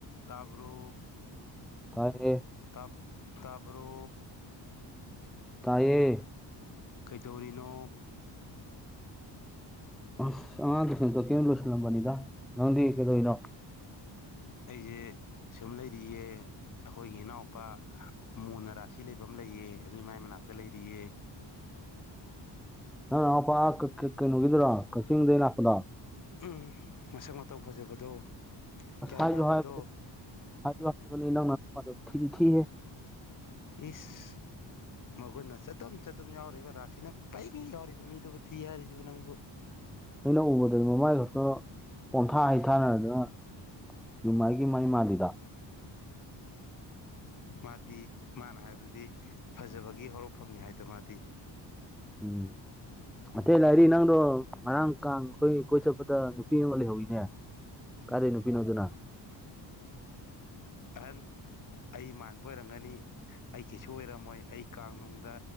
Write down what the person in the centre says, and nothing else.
ꯐꯥꯏꯦ
ꯇꯥꯏꯌꯦ
ꯑꯁ ꯑꯉꯥꯡ ꯂꯣꯏꯁꯟꯗꯣ ꯀꯩꯅꯣ ꯂꯣꯏꯁꯜꯂꯝꯕꯅꯤꯗ ꯅꯪꯗꯤ ꯀꯩꯗꯧꯔꯤꯅꯣ
ꯑꯣ ꯑꯄꯥ ꯀꯩꯅꯣꯒꯤꯗ꯭ꯔꯣ ꯀꯛꯆꯤꯡꯗꯒꯤ ꯂꯥꯛꯄꯗ
ꯑꯁ
ꯍꯥꯏꯌꯨ
ꯍꯥꯏꯕꯅꯤ ꯍꯥꯏꯌꯣ ꯍꯥꯏꯕꯅꯤ ꯅꯪꯅ ꯊꯤꯗꯤ ꯊꯤꯍꯦ
ꯑꯩꯅ ꯎꯕꯗꯗꯤ ꯃꯃꯥꯏ ꯈꯛꯇ ꯄꯣꯝꯊꯥ ꯍꯩꯊꯥꯅꯔꯗꯅ ꯌꯨꯝꯃꯥꯏꯒꯤ ꯃꯥꯏ ꯃꯥꯜꯂꯤꯗ
ꯎꯝ ꯑꯇꯩ ꯂꯥꯏꯔꯤ ꯅꯪꯗꯣ ꯉꯔꯥꯡꯀ ꯑꯩꯈꯣꯏ ꯀꯣꯏ ꯆꯠꯄꯗ ꯅꯨꯄꯤ ꯑꯃ ꯂꯩꯍꯧꯋ ꯅꯦ ꯀꯥꯗꯩ ꯅꯨꯄꯤꯅꯣꯗꯨꯅ